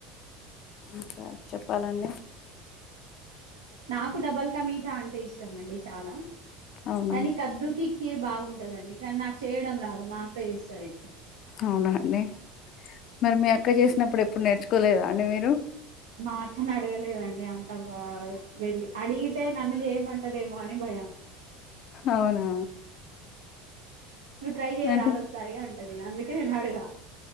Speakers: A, on the left; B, on the right.
A: ఇంకా చెప్పాలండి
B: నాకు డబల్ క మీఠా అంటే ఇష్టం అండి చాలా
A: అవునా
B: కానీ కద్దుకి చీరు బాగుంటదండి కానీ నాకు చేయడం రాదు మా అక్క చేస్తరే
A: అవునా అ మరి మీ అక్క చేసినప్పుడు ఎ అప్పుడు నేర్చుకోలేదుా అండి మీరు
B: మా అక్కను అడగలేదండి అంత వెళ్ళి అడిగితే నన్ను చేయమంటాదేమో అని భయం
A: అవునా
B: నువ్వు ట్రై చేయరాదు
A: అంటే
B: ఒక్కసారి ఆన్ టదిగా అందుకే నేను అడగ